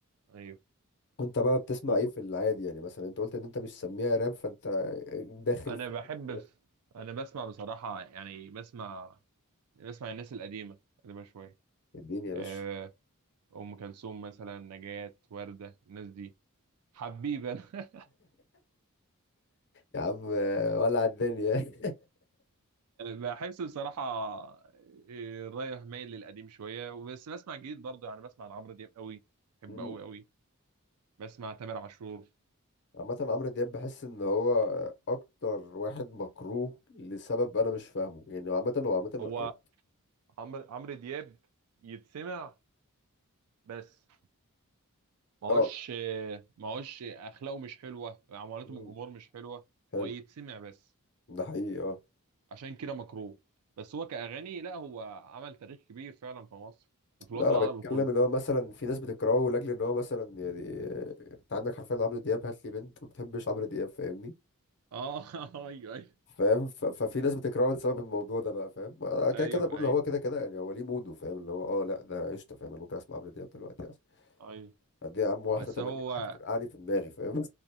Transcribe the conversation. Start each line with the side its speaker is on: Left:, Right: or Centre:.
Right: أيوه
Left: وأنت بقى بتسمع
Right: و-
Left: إيه في العادي يعني مثلا أنت قلت إن أنت مش سميها راب فأنت داخل
Right: أنا
Left: في
Right: بحب
Left: <laughs>
Right: بس. أنا بسمع بصراحة يعني بسمع بسمع الناس القديمة قديمة شوية
Left: الدنيا يا
Right: آه،
Left: باشا
Right: أم كلثوم مثلا نجاة وردة الناس دي حبيبي أنا <laughs>
Left: يا عم ولع الدنيا
Right: بحس بصراحة إيه، رايح مايل للقديم شوية وبس بسمع جديد برضه يعني بسمع لعمرو دياب قوي بحبه
Left: <laughs>
Right: قوي قوي بسمع تامر عاشور
Left: عامة عمرو دياب بحس ان هو اكتر واحد مكروه لسبب انا مش فاهمه يعني عامة هو عامة
Right: هو
Left: يعني
Right: عمرو عمرو دياب يتسمع بس معوش
Left: اه
Right: معوش أخلاقه مش حلوة معاملته
Left: مم.
Right: من الجمهور مش حلوة
Left: حلو
Right: هو يتسمع بس
Left: ده حقيقي اه
Right: عشان كده مكروه بس هو كأغاني لا هو عمل تاريخ كبير فعلا في مصر وفي الوطن
Left: لا انا
Right: العربي
Left: بتكلم
Right: كله
Left: ان هو مثلا في ناس بتكرهه لاجل ان هو مثلا يعني انت عندك حرفيا عمرو دياب هات لي بنت ما بتحبش عمرو دياب فاهمني
Right: اه <laughs> ايوه ايوه
Left: فاهم ف- ففي ناس بتكرهه لسبب الموضوع ده بقى فاهم انا كده
Right: ايوه
Left: كده بقول
Right: ايوه
Left: هو كده كده يعني هو ليه موده فاهم اللي هو اه لا ده قشطه فاهم انا ممكن اسمع عمرو دياب دلوقتي اصلا
Right: ايوه
Left: قد ايه يا عم واحده
Right: بس
Left: تملي
Right: هو
Left: معاك ترقعني في دماغي فاهم